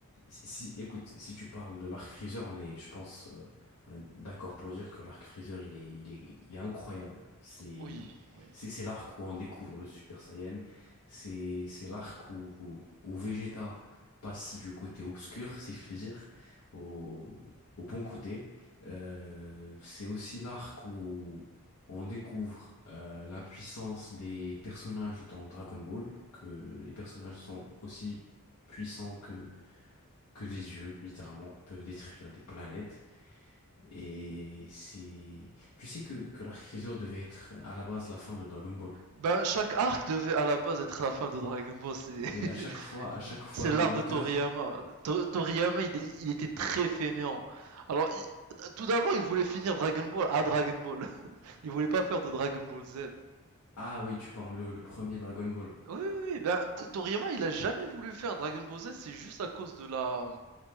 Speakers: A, on the left; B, on the right.
A: si, si- écoute, si tu parles de l'arc Freezer, on est, je pense, euh, on est d'accord pour dire que l'arc Freezer, il est, il est, il est incroyable. C'est,
B: Oui, oui.
A: c'est, c'est l'arc où on découvre le Super Saiyan. C'est, c'est l'arc où, où, où Vegeta passe du côté obscur, si je puis dire, au, au bon côté. Euh, c'est aussi l'arc où on découvre euh, la puissance des personnages dans Dragon Ball, que les personnages sont aussi puissants que, que des dieux, littéralement. Ils peuvent détruire des planètes. Et c'est... Tu sais que, que l'arc Freezer devait être à la base la fin de Dragon Ball.
B: Ben, chaque arc devait à la base être la fin de Dragon Ball. C'est,
A: Oui, à chaque
B: <laughs>
A: fois, à chaque fois,
B: c'est
A: l'au-
B: l'art
A: l'auteur...
B: de Toriyama. To- Toriyama, il, est- il était très fainéant. Alors, il- tout d'abord, il voulait finir Dragon Ball à Dragon Ball. <laughs> Il voulait pas faire de Dragon Ball Z.
A: Ah oui, tu parles le, le premier Dragon Ball.
B: Oui, oui, ben, Toriyama, il a jamais voulu faire Dragon Ball Z. C'est juste à cause de la.